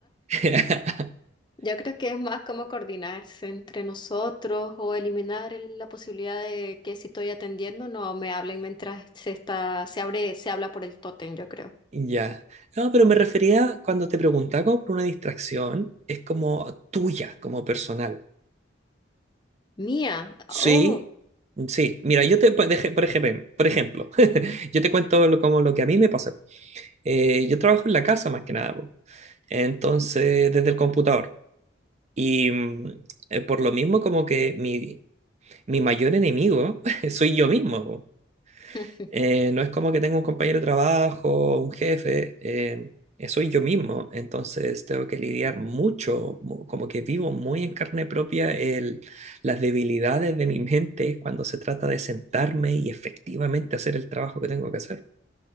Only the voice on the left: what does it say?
Yo creo que es más como coordinarse entre nosotros o eliminar el- la posibilidad de que si estoy atendiendo no me hablen mientras se está, se abre, se habla por el tótem, yo creo.
Mía,
oh,
<laughs>